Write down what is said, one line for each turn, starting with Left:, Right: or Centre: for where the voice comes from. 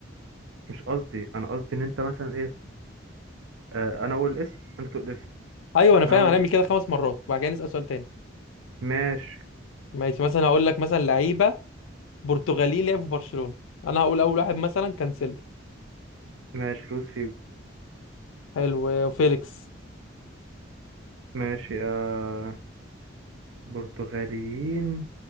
Right: مش قصدي انا قصدي ان انت مثلا ايه آه انا اقول الاسم انت تقول الاسم
Left: ايوه انا فاهم
Right: انا اقول
Left: هنعمل
Right: الاسم
Left: كده خمس مرات بعد كده نسال سؤال تاني
Right: ماشي
Left: ماشي مثلا هقول لك مثلا لعيبه برتغالي لعبوا في برشلونه انا هقول اول واحد مثلا كانسيلو
Right: ماشي لوس فيجو
Left: حلو فيليكس
Right: ماشي آه برتغاليين